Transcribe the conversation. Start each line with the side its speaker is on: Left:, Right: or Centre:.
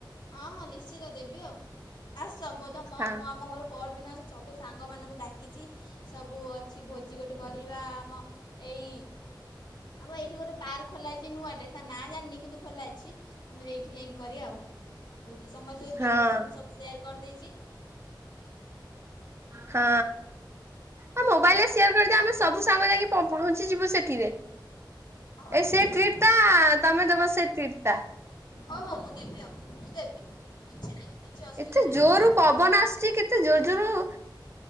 Left: ହଁ ହଁ, ନିଶ୍ଚିତ ଦେବି ଆଉ। ଆସ ମୁଁ ତଁ ମ-ମ-ଆମ
Right: ହଁ
Left: ଘଏ ପଅରିଦିନ ଆସ ସବୁ ସାଙ୍ଗମାନଙ୍କୁ ଡାକିଚି। ସବୁ କିଛି ଭୋଜି ଗୋଟେ କରିବା। ଆମ ଏଇ ଆଉ ଏଇଠି ଗୋଟେ ପାର୍କ ଖୋଲା ହେଇଛି ନୂଆ ଟେ। ତା ନାଁ ଜାଣିନି କିନ୍ତୁ ଖୋଲାହେଇଛି। ଆମେ ଏଇଠି ଯାଇକି କରିବା ଆଉ ଭୋଜି। ସମସ୍ତଙ୍କୁ
Right: ହଁ।
Left: ଲୋକେସନ୍ ସବୁ ସେୟାର କରିଦେଇଛି।
Right: ହଁ। ହଁ ମୋବାଇଲ ରେ ସେୟାର କରିଦେ। ଆମେ ସବୁ ସାଙ୍ଗ ଯାଇକି ପ-ପହଞ୍ଚିଯିବୁ ସେଠିରେ।
Left: ହଉ
Right: ଏ ସେ ଟ୍ରିଟଟା, ତମେ ଦବ ସେ ଟ୍ରିଟଟା।
Left: ହଉ ହଉ, ମୁଁ ଦେବି ଆଉ। ମୁଁ ଦେବି। କିଛି ନାହିଁ କିଛି ଅସୁବିଧା
Right: ଏତେ
Left: ନାହିଁ
Right: ଜୋର୍ରୁ
Left: ମୁଁ ଦେବି
Right: ପବନ ଆସୁଛି, କେତେ ଜୋର୍ ଜୋର୍?